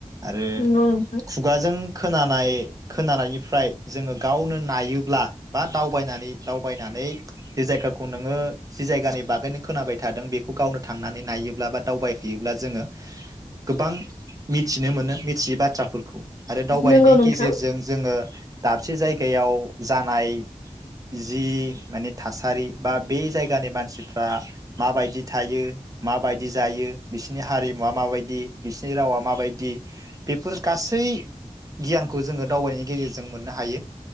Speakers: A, on the right; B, on the left.
A: आरो
B: नंगौ नोंथां
A: खुगाजों खोनानाय खोनानायनिफ्राय जोङो गावनो नायोब्ला बा दावबायनानै दावबायनानै जे जायगाखौ नोङो जि जायगानि बागैनो खोनाबाय थादों बेखौ गावनो थांनानै नायोब्ला बा दावबायहैयोब्ला जोङो गोबां मिथिनो मोनो मिथियै बाथ्राफोरखौ आरो दावबायनायनि
B: नंगौ नोंथां
A: गेजेरजों जोङो दाबसे जायगायाव जानाय जि माने थासारि बा बे जायगानि मानसिफ्रा माबायदि थायो माबायदि जायो बिसिनि हारिमुवा माबायदि बिसनि नि रावा माबायदि बेफोर गासै गियानखौ जोङो दावबायनायनि गेजेरजों मोननो हायो